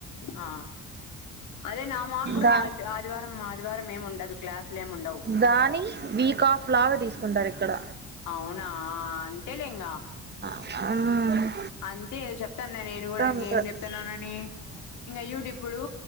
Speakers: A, on the left; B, on the right.
A: ఆ అదే నా మాకు కూడా
B: దా
A: హ ఆదివారం ఆదివారం ఏమి ఉండదు. క్లాసులు ఏమి ఉండవు.
B: దాని వీక్ ఆఫ్ లాగా తీసుకుంటారు ఇక్కడ
A: అవునా అంతేలే ఇంగ
B: అమ్
A: అంతే చెప్తాన నేను కూడా ఇంక
B: ఉంటారు
A: ఏం చెప్తున్నానని ఇంకా య్యూడ్ ఇప్పుడు